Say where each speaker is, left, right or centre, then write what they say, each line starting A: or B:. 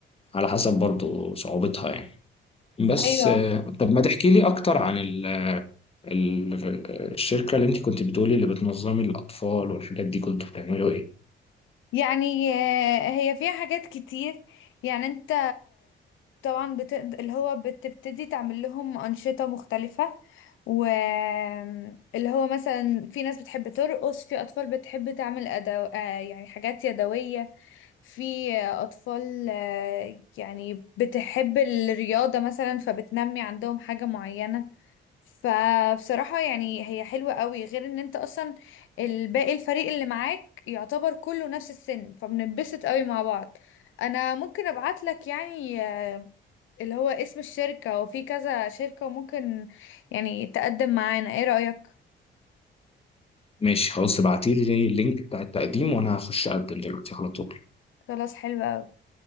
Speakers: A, on the left; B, on the left.
A: على حسب برضو صعوبتها يعني بس
B: ايوه
A: آه، طب ما تحكي لي اكتر عن ال ال الشركة اللي انت كنت بتقولي اللي بتنظمي الاطفال والحاجات دي كنتوا بتعملوا ايه
B: يعني آه، هي فيها حاجات كتير يعني انت طبعا بتقد... اللي هو بتبتدي تعمل لهم أنشطة مختلفة واللي هو مثلا في ناس بتحب ترقص في أطفال بتحب تعمل أدو... آه، يعني حاجات يدوية في أطفال آه، يعني بتحب الرياضة مثلا فبتنمي عندهم حاجة معينة فبصراحة يعني هي حلوة قوي غير ان انت اصلا الباقي الفريق اللي معاك يعتبر كله نفس السن فبنتبسط قوي مع بعض انا ممكن ابعت لك يعني آه، اللي هو اسم الشركة وفي كذا شركة وممكن يعني تقدم معانا ايه رأيك
A: ماشي خلاص ابعتي لي اللينك بتاع التقديم وانا هخش اقدم دلوقتي على طول
B: خلاص حلوة قوي